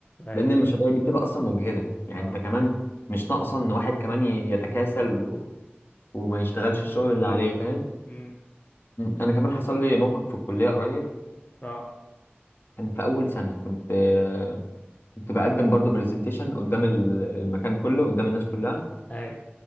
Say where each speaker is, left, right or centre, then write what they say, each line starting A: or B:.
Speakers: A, on the left (about 40°); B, on the left (about 60°).
A: اي
B: لان المشاريع دي بتبقى اصلا مجهده يعني
A: اه
B: انت كمان مش ناقصه ان واحد كمان ي- يتكاسل و... وما يشتغلش الشغل اللي عليه فاهم
A: امم
B: م. انا كمان حصل لي موقف في الكليه قريب
A: اه
B: كان في اول سنه كنت آه، كنت بقدم برضه برزنتيشن قدام ال- المكان كله قدام الناس كلها
A: اي